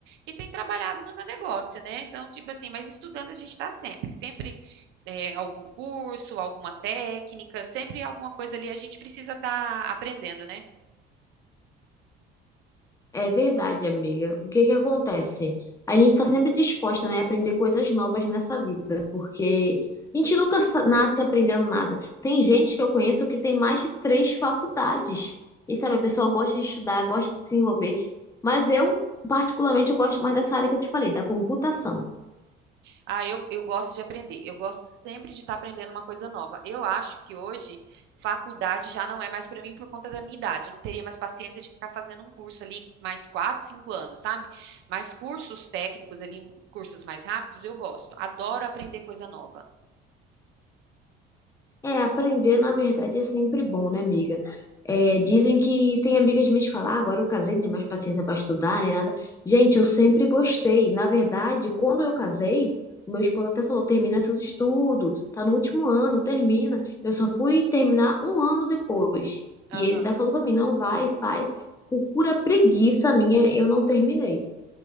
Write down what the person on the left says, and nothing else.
É verdade, amiga. O que que acontece? A gente está sempre disposta, né, a aprender coisas novas nessa vida, porque a gente nunca sa- nasce aprendendo nada. Tem gente que eu conheço que tem mais de três faculdades. E sabe, a pessoa gosta de estudar, gosta de se envolver. Mas eu, particularmente, eu gosto mais dessa área que eu te falei, da computação.
É, aprender, na verdade, é sempre bom, né, amiga? É, dizem que tem amigas minhas que falam, ah, agora eu casei, não tenho mais paciência para estudar, nem nada. Gente, eu sempre gostei. Na verdade, quando eu casei, o meu esposo até falou, termina seus estudos, tá no último ano, termina. Eu só fui terminar um ano depois.
E ele ainda falou para mim, não vai, faz. Por pura preguiça minha, eu não terminei.